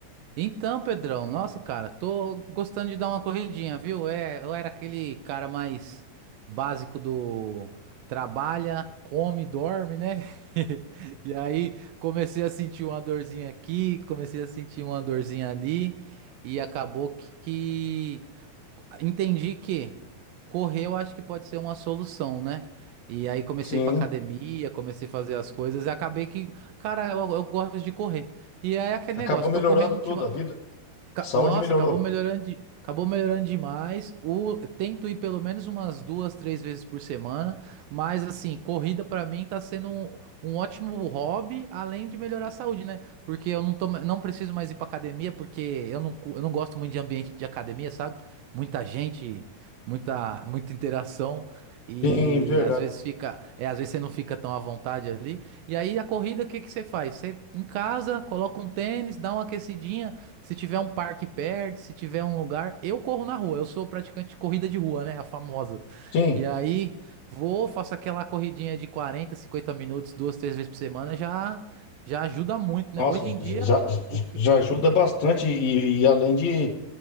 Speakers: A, on the right; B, on the left.
A: Então, Pedrão, nossa, cara, tô gostando de dar uma corridinha, viu? É, eu era aquele cara mais básico do trabalha, come, dorme, né? <laughs> E aí comecei a sentir uma dorzinha aqui, comecei a sentir uma dorzinha ali, e acabou que entendi que correr eu acho que pode ser uma solução, né? E aí comecei
B: Sim.
A: a ir pra academia, comecei a fazer as coisas e acabei que, cara, eu, eu gosto de correr. E é aquele
B: Acabou
A: negócio,
B: melhorando
A: tô correndo ultima-
B: tudo, a vida,
A: Ca-
B: a saúde
A: Nossa,
B: melhorou.
A: acabou melhorando, de- acabou melhorando demais. O, tento ir pelo menos umas duas, três vezes por semana, mas assim, corrida pra mim tá sendo um, um ótimo hobby, além de melhorar a saúde, né? Porque eu não tô, ma- não preciso mais ir pra academia, porque eu não, cu- eu não gosto muito de ambiente de academia, sabe? Muita gente, muita, muita interação. E
B: Sim, verdade.
A: às vezes fica, é, às vezes você não fica tão à vontade ali. E aí a corrida, o que que você faz? Você em casa, coloca um tênis, dá uma aquecidinha. Se tiver um parque perto, se tiver um lugar, eu corro na rua. Eu sou praticante de corrida de rua, né? A famosa.
B: Sim.
A: E aí, vou, faço aquela corridinha de 40, 50 minutos, duas, três vezes por semana, já já ajuda muito,
B: Nossa,
A: né? Hoje em dia,
B: já, já
A: o que.
B: já ajuda bastante e, e além de